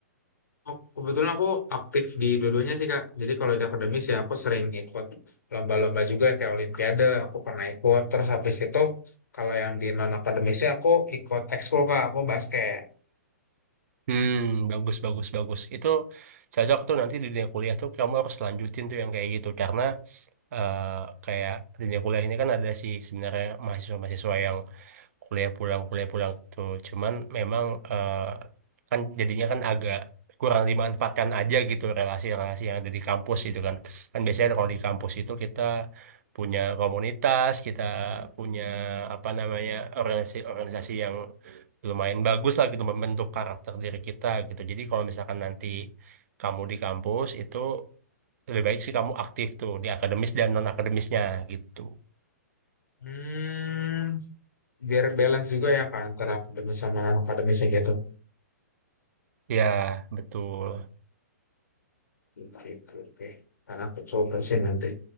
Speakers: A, on the left (about 80°); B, on the right (about 60°).
A: Oh, kebetulan aku aktif di dua-duanya sih Kak. Jadi kalau di akademis ya aku sering ikut lomba-lomba juga kayak Olimpiade, aku pernah ikut. Terus habis itu kalau yang di non akademisnya aku ikut ekskul Kak, aku basket.
B: Hmm, bagus bagus bagus. Itu cocok tuh nanti di dunia kuliah tuh kamu harus lanjutin tuh yang kayak gitu karena eh, kayak dunia kuliah ini kan ada sih sebenarnya mahasiswa-mahasiswa yang kuliah pulang kuliah pulang gitu. Cuman memang eh, kan jadinya kan agak kurang dimanfaatkan aja gitu relasi-relasi yang ada di kampus gitu kan. Kan biasanya kalau di kampus itu kita punya komunitas, kita punya apa namanya organisasi-organisasi yang lumayan bagus lah gitu membentuk karakter diri kita gitu. Jadi kalau misalkan nanti kamu di kampus itu lebih baik sih kamu aktif tuh di akademis dan non akademisnya gitu
A: Hmm, biar balance juga ya Kak antara akademis sama non akademisnya gitu.
B: ya betul
A: Oke, oke, oke. Karena aku coba sih nanti.